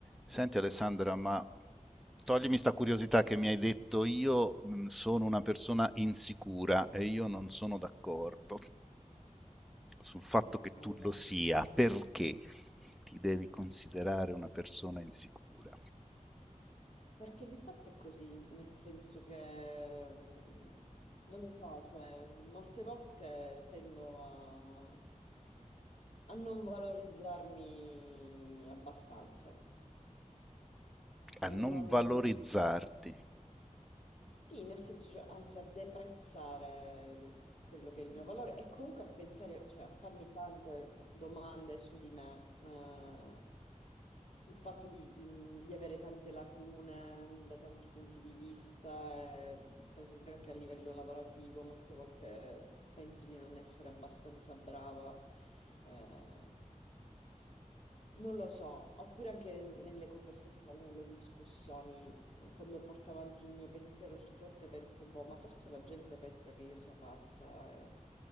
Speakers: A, in the centre; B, on the left (about 60°).
A: Senti Alessandra, ma toglimi sta curiosità che mi hai detto, io mh, sono una persona insicura e io non sono d'accordo sul fatto che
B: Allora,
A: tu lo sia, perché ti devi considerare una persona insicura,
B: perché di fatto è così, nel senso che mm, non lo so, cioè, molte volte tendo a, a non valorizzarmi abbastanza
A: a non
B: e non,
A: valorizzarti.
B: sì, nel senso, cioè, anzi, a deprezzare quello che è il mio valore e comunque a pensare, cioè, a farmi tante domande su di me. eh, Il fatto di, di avere tante lacune da tanti punti di vista, eh, per esempio anche a livello lavorativo, molte volte penso di non essere abbastanza brava, eh, non lo so, oppure anche nelle conversazioni, nelle discussioni, quando porto avanti il mio pensiero, certe volte penso, boh, ma forse la gente pensa che io sia pazza. eh.